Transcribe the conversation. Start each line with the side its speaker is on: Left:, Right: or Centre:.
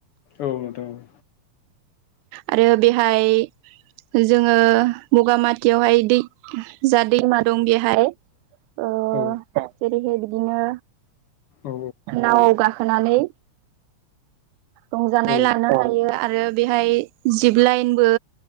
Left: औ नोंथां औ।
Right: आरो बेहाय जोङो बगामाथियाव हाय दै जा दैमा दं बेहाय ओ
Left: औ
Right: जेरैहाय बिदिनो
Left: औ
Right: नाव गा खोनानै रंजानाय
Left: औ
Right: लानो हायो आरो बेहाय जिब लाइनबो